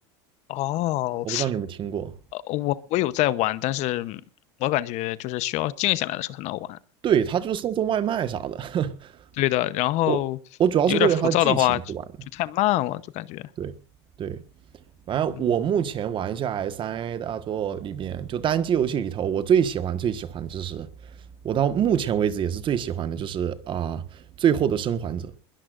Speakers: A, on the left; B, on the right.
A: 哦，
B: 我不知道你有没有听过。
A: 呃我我有在玩，但是嗯我感觉就是需要静下来的时候才能玩。
B: 对，他就是送送外卖啥的。<laughs>
A: 对的，然后有点浮躁的话，
B: 我我主要是为了他的剧情去玩的。
A: 就就太慢了，就感觉
B: 对对，反正我目前玩下来三
A: 嗯。
B: A 大作里边，就单机游戏里头，我最喜欢最喜欢的就是，我到目前为止也是最喜欢的就是啊、最后的生还者》。